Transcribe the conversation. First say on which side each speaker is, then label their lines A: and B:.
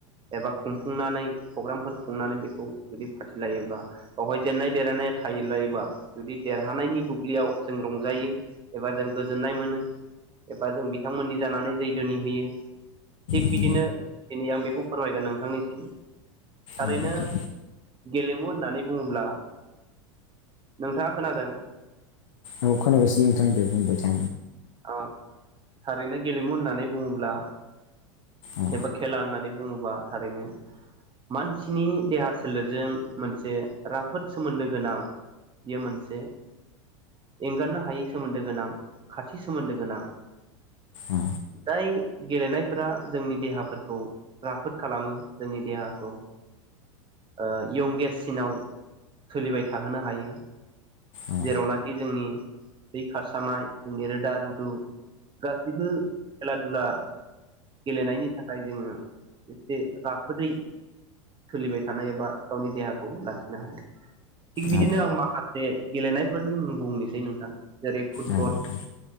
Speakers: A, on the right; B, on the left.
A: एबा खुंफुंनानै प्रग्रामफोर खुंनानै बेखौ जुदि फाथिलायोब्ला बेवहाय जेननाय देरायनाय थायो लायोबा जुदि देरहानायनि बुब्लियाव जों रंजायो। एबा जों गोजोननाय मोनो एबा जों बिथांमोननि जानानै जै दोनि होयो। थिग
B: उम
A: बिदिनो दिनै आं बेखौ फोरमायगोन नोंथांनिसिम थारैनो
B: औ नोंथां
A: गेलेमु होननानै बुङोब्ला नोंथाङा खोनादों?
B: औ खोनागासिनो नोंथां दे बुंबायथा।
A: औ थारैनो गेलेमु होननानै बुङोब्ला
B: औ
A: एबा खेला होननानै बुङोबा थारैनो मानसिनि देहा सोलेरजों मोनसे राफोद सोमोन्दो गोनां। बेयो मोनसे एंगारनो हायै सोमोन्दो गोनां। खाथि सोमोन्दो गोनां।
B: औ
A: जाय गेलेनायफोरा जोंनि देहाफोरखौ राफोद खालामो जोंनि देहाखौ ओ यंगेस्टसिनाव सोलिबाय थाहोनो हायो।
B: औ
A: जेरावनाखि जोंनि थै खारसानाय जोंनि रोदा रुदु गासिबो खेला दुला गेलेनायनि थाखाय जोङो एसे राफोदै सोलिबाय थानाय एबा गावनि देहाखौ लाखिनो हायो। थिग बिदिनो
B: औ
A: आं माखासे गेलेनायफोरनि मुं बुंनोसै नोंथां जेरै फुटबल
B: औ नोंथां